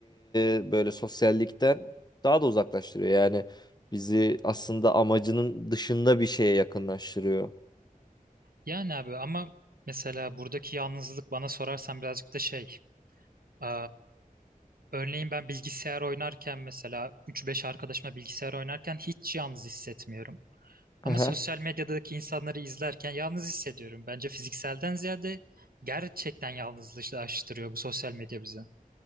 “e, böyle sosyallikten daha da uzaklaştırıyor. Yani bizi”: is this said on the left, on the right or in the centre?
Left